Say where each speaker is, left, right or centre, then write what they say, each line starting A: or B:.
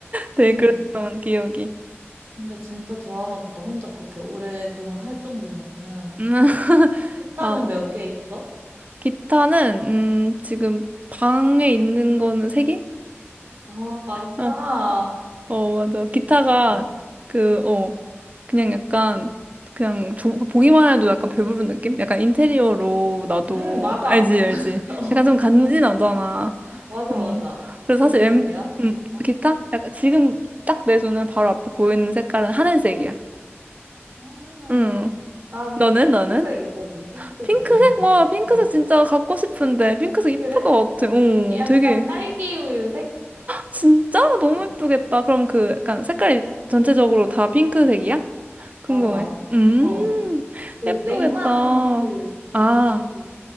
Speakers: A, on the right; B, on the right.
A: 되게
B: 응.
A: 그랬던 기억이.
B: 근데 진짜 좋아하나 보다. 혼자 그렇게 오랫동안 할 정도면은
A: 음, <laughs>
B: 기, 기타는
A: 아,
B: 몇 개 있어?
A: 기타는 음 지금 방에 있는 거는 세 개?
B: 아, 많다.
A: 아, 어 맞아. 기타가
B: 좋겠다.
A: 그 어 그냥 약간 그냥 저, 보기만 해도 약간 배부른 느낌? 약간 인테리어로 나도
B: 응, 맞아.
A: 알지 알지.
B: <laughs>
A: 약간 좀 간지나잖아.
B: 맞아,
A: 어
B: 맞아.
A: 그래서
B: 무슨
A: 사실 엠
B: 색이야?
A: 음,
B: 기타?
A: 기타? 약간 지금 딱 내 손에 바로 앞에 보이는 색깔은 하늘색이야.
B: 음,
A: 음
B: 나는
A: 너는
B: 핑크색이거든,
A: 너는?
B: 핑크색.
A: 핑크색? 와 핑크색
B: <laughs>
A: 진짜 갖고 싶은데 핑크색
B: 그래?
A: 이쁠 것 같아. 어
B: 약간
A: 되게.
B: 딸기 우유 색?
A: 진짜? 너무
B: 어,
A: 예쁘겠다. 그럼 그 약간 색깔이 전체적으로 다 핑크색이야? 궁금해.
B: 맞아.
A: 음,
B: 어, 그
A: 예쁘겠다.
B: 냉만 그 우드색이.
A: 아,